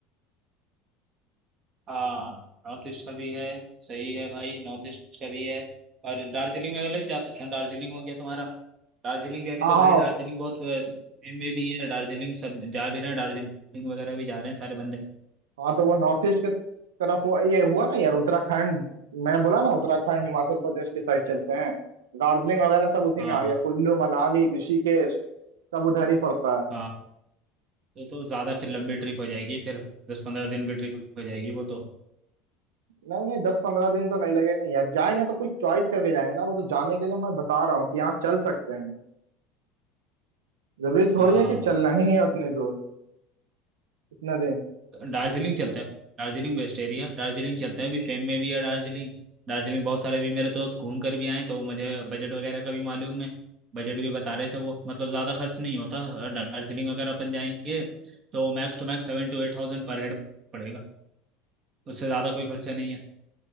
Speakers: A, on the right (about 40°); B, on the right (about 75°).
A: हाँ नॉर्थ ईस्ट का भी है सही है भाई नॉर्थ ईस्ट का भी है और दार्जिलिंग वगैरह भी जा सकते हैं दार्जिलिंग हो गया तुम्हारा दार्जिलिंग भी अभी
B: हाँ
A: तो भाई
B: हाँ
A: दार्जिलिंग बहुत अ, में भी है दार्जिलिंग सब जा भी रहे हैं दार्जिलिंग वगैरह भी जा रहे हैं सारे बंदे
B: हाँ तो वो नॉर्थ ईस्ट के तरफ हुआ ये हुआ ना यार उत्तराखंड मैंने बोला ना उत्तराखंड हिमाचल प्रदेश के साइड चलते हैं दार्जिलिंग वगैरह सब उसी
A: हाँ
B: में आ गया
A: हाँ
B: कुल्लू मनाली ऋषिकेश सब उधर ही पड़ता है
A: हाँ ये तो ज़्यादा फिर लंबी ट्रिप हो जाएगी फिर दस पंद्रह दिन की ट्रिप हो जाएगी वो तो
B: नहीं नहीं दस पंद्रह दिन तो नहीं लगेंगे यार जाएंगे तो कुछ चॉइस करके जाएंगे ना वो तो जाने के लिए मैं बता रहा हूँ कि यहाँ चल सकते हैं जरूरी थोड़ी
A: हाँ
B: है कि चलना ही है उतने दूर इतना दिन
A: दार्जिलिंग चलते हैं Darjeeling best area दार्जिलिंग चलते हैं अभी फेम में भी है दार्जिलिंग दार्जिलिंग बहुत सारे भी मेरे दोस्त घूम कर भी आए हैं, तो मुझे बजट वगैरह का भी मालूम है बजट भी बता रहे थे वो मतलब ज़्यादा खर्च नहीं होता और दार्जिलिंग अगर अपन जाएंगे तो मैक्स टू मैक्स सेवन टू एट थाउजेंड पर हेड पड़ेगा उससे ज़्यादा कोई खर्चा नहीं है